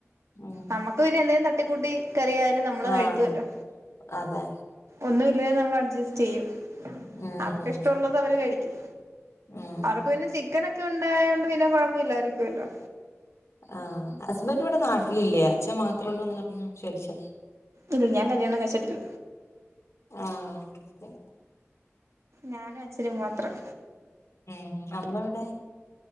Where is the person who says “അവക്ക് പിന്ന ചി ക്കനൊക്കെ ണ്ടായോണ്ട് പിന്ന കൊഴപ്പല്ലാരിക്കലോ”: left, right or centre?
Right